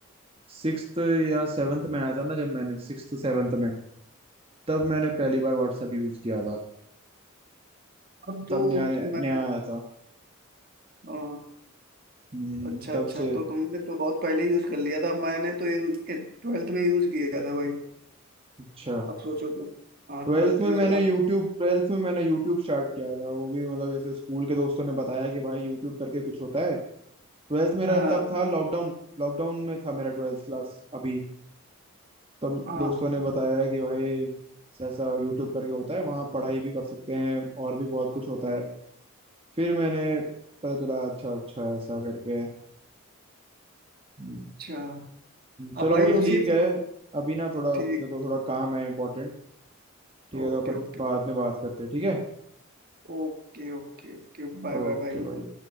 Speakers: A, on the right; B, on the right.
A: सिक्स्थ या सेवन्थ में आया था ना जब मैंने सिक्स्थ सेवन्थ में तब मैंने पहली बार व्हाट्सएप यूज़ किया था
B: अब तो,
A: तब नया
B: तो मैं
A: नया आया था
B: अ,
A: हम्म,
B: अच्छा
A: तब
B: अच्छा
A: से
B: तो तुमने तो बहुत पहले यूज कर लिया था मैंने तो ट्वेल्थ में यूज किया था भाई
A: अच्छा
B: अब सोचो तो हाँ
A: ट्वेल्थ
B: ट्वेल्थ
A: में
B: में
A: मैंने
B: चला
A: यूट्यूब ट्वेल्थ में मैंने यूट्यूब स्टार्ट किया था वो भी मतलब ऐसे स्कूल के दोस्तों ने बताया कि भाई यूट्यूब करके कुछ होता है ट्वेल्थ मेरा
B: हाँ
A: तब था लॉकडाउन लॉकडाउन में था मेरा ट्वेल्थ क्लास अभी तब
B: हाँ
A: दोस्तों
B: हाँ,
A: ने बताया कि भाई ऐसा ऐसा यूट्यूब करके होता है वहाँ पढ़ाई भी कर सकते हैं और भी बहुत कुछ होता है फिर मैंने पता चला अच्छा अच्छा ऐसा करके है। हम्म,
B: अच्छा
A: चलो
B: अब भाई
A: भाई
B: उसी
A: ठीक है अभी ना थोड़ा
B: ठीक
A: मेरे को थोड़ा काम है इंपॉर्टेंट ठीक
B: okay
A: है तो अपन
B: okay
A: बाद में बात करते हैं ठीक है
B: Okay okay okay bye
A: ओके
B: bye भाई
A: भाई